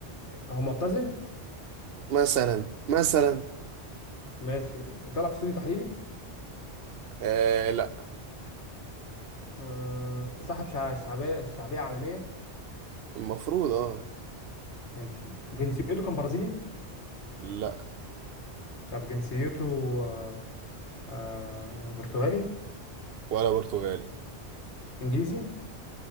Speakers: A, on the left (about 80°); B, on the right (about 65°).
A: هو معتزل
B: مثلا مثلا
A: ماشي طلع في استوديو تحليلي
B: آه لا
A: آه صاحب شع- شعبية شعبية عالمية
B: المفروض اه
A: ماشي جنسيته كان برازيلي
B: لا
A: طب جنسيته آه آه برتغالي
B: ولا برتغالي
A: انجليزي